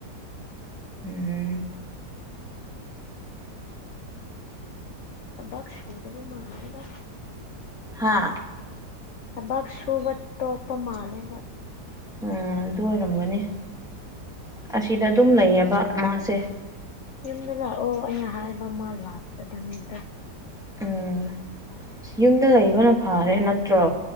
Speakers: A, in the centre; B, on the left (about 75°).
A: ꯎꯝ
B: ꯊꯕꯛ ꯁꯨꯗꯕ ꯃꯥꯜꯂꯦꯗ
A: ꯍꯥꯥ
B: ꯊꯕꯛ ꯁꯨꯕ ꯇꯣꯛꯄ ꯃꯥꯜꯂꯦꯕ
A: ꯑꯣ ꯑꯗꯨ ꯑꯣꯏꯔꯝꯒꯅꯤ ꯑꯁꯤꯗ ꯑꯗꯨꯝ ꯂꯩꯌꯦꯕ ꯃꯥꯁꯦ
B: ꯌꯨꯝꯗ ꯂꯥꯛꯑꯣ ꯑꯩꯅ ꯍꯥꯏꯕ ꯃꯥ ꯂꯥꯛꯇꯕꯅꯤꯗ
A: ꯎꯝ ꯑ ꯌꯨꯝꯗ ꯂꯩꯕꯅ ꯐꯔꯦ ꯅꯠꯇ꯭ꯔꯣ